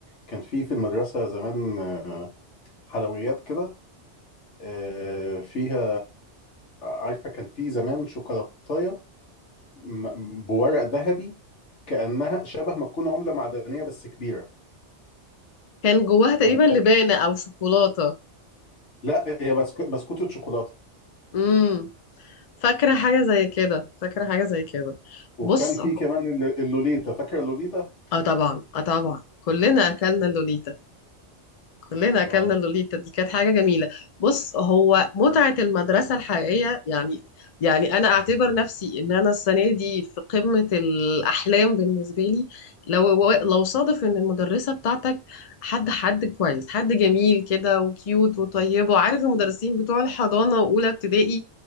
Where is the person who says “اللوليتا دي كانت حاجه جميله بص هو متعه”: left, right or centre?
Left